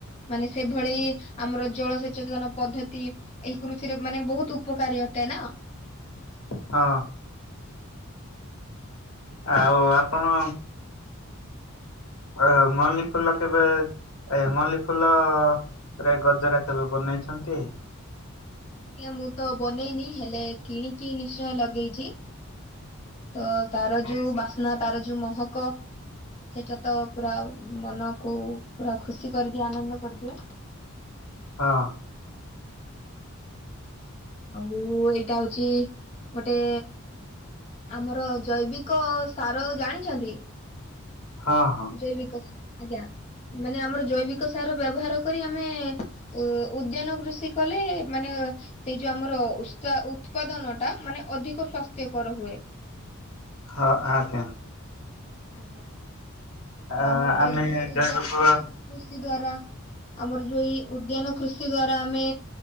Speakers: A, on the left; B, on the left.
A: ମାନେ ସେଭଳି ଆମର ଜଳସଚେତନ ପଦ୍ଧତି ଏଇ କୃଷିରେ ମାନେ ବହୁତୁ ଉପକାରୀ ଅଟେ ନା?
B: ହଁ। ଆଉ ଆପଣ ଅ ମଲ୍ଲି ଫୁଲ କେବେ? ଏ ମଲ୍ଲୀ ଫୁଲ ରେ ଗଜର କେବେ ବନେଇଛନ୍ତି?
A: ଆଜ୍ଞା ମୁଁ ତ ବନେଇନି ହେଲେ କିଣିକି ନିଶ୍ଚୟ ଲଗେଇଛି। ତ ତାର
B: ହଁ
A: ଯୋଉ ବାସ୍ନା ତାର ଯୋଉ ମହକ। ସେଇଟା ତ ପୁରା ମନକୁ ପୁରା ଖୁସି କରିଦିଏ, ଆନନ୍ଦ କରିଦିଏ।
B: ହଁ।
A: ଆଉ ଏଇଟା ହଉଛି ଗୋଟେ ଆମର ଜୈବିକ ସାର ଜାଣିଛନ୍ତି?
B: ହଁ ହଁ।
A: ଜୈବିକ ସା ଆଜ୍ଞା, ମାନେ ଆମର ଜୈବିକ ସାର ବ୍ୟବହାର କରି ଆମେ ଉ ଉଦ୍ୟାନ କୃଷି କଲେ ମାନେ ସେଇ ଯୋଉ ଆମର ଉତ୍ସ ଉତ୍ପାଦନ ଟା ମାନେ ଅଧିକ ସ୍ଵାସ୍ଥ୍ୟକର ହୁଏ।
B: ହଁ ଆଜ୍ଞା।
A: ଆଜ୍ଞା
B: ଆ,
A: ଆଉ ଆମର ତ
B: ଆମେ
A: ଏଇ ଯୋଉ ଉଦ୍ୟାନ
B: ଜୈବିକ
A: କୃଷି କୃ? କି ଦ୍ଵାରା ଆମର ଯୋଉ ଉଦ୍ୟାନ କୃଷି ଦ୍ଵାରା ଆମେ